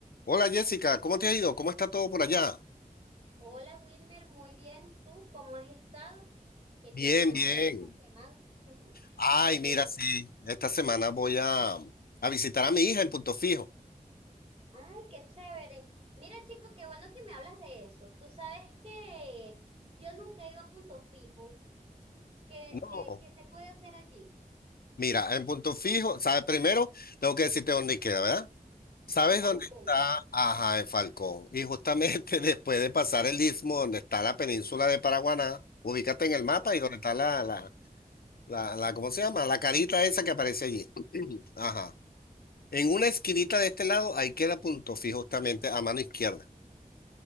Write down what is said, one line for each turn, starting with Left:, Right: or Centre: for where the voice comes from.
Left: Hola Jessica, ¿cómo te ha ido? ¿Cómo está todo por allá?
Right: Hola Wilmer, muy bien. ¿Y tú cómo has estado? ¿Qué
Left: Bien,
Right: piensas
Left: bien.
Right: hacer esta semana? <laughs>
Left: Ay,
Right: ¿Qué piensas?
Left: mira, sí, esta semana voy a, a visitar a mi hija en Punto Fijo.
Right: Ay, qué chévere. Mira, chico, qué bueno que me hablas de eso. Tú sabes que yo nunca he ido a Punto Fijo. ¿Qué,
Left: No,
Right: qué, qué se puede hacer allí?
Left: mira, en Punto Fijo, ¿sabes? Primero tengo que decirte dónde queda, ¿verdad? ¿Sabes
Right: En Falcón.
Left: dónde está? Ajá, en Falcón.
Right: <laughs>
Left: Y justamente <laughs> después de pasar el istmo, donde está la península de Paraguaná, ubícate en el mapa
Right: Oh,
Left: y donde está la, la, la, la, ¿cómo se llama? La carita esa que aparece allí. <clears throat> Ajá. En una esquinita de este lado, ahí queda Punto Fijo justamente a mano izquierda.